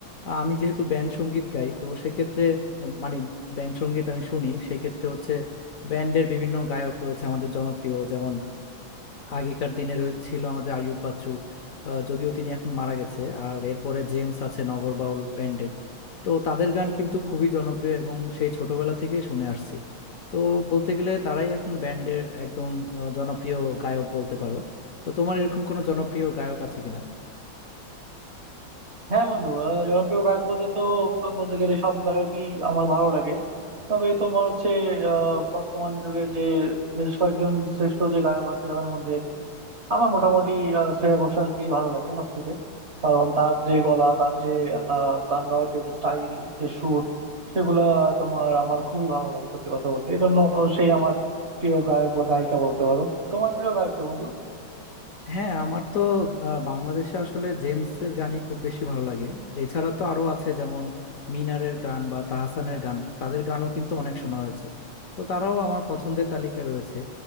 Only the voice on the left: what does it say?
আহ, আমি যেহেতু ব্যান্ড সঙ্গীত গাই তো সেক্ষেত্রে আহ, মানে ব্যান্ড সঙ্গীত আমি শুনি সেক্ষেত্রে হচ্ছে ব্যান্ডের বিভিন্ন গায়ক রয়েছে আমাদের জনপ্রিয় যেমন আগেকার দিনে রয়ে- ছিল আমাদের আইয়ুব বাচ্চু আহ, যদিও তিনি এখন মারা গেছে আর এরপরে জেমস আছে নগরবাউল ব্যান্ডের তো তাদের গান কিন্তু খুবই জনপ্রিয় এবং সেই ছোটবেলা থেকে শুনে আসছি তো বলতে গেলে তারাই এখন ব্যান্ডের একদম আহ, জনপ্রিয় গায়ক বলতে পারো তো তোমার এরকম কোনো জনপ্রিয় গায়ক আছে কিনা
হ্যাঁ আমার তো আহ, বাংলাদেশে আসলে জেমসের গানই খুব বেশি ভালো লাগে এছাড়া তো আরো আছে যেমন মিনারের গান বা তাহসানের গান তাদের গানও কিন্তু অনেক শোনা হয়েছে তো তারাও আমার পছন্দের তালিকায় রয়েছে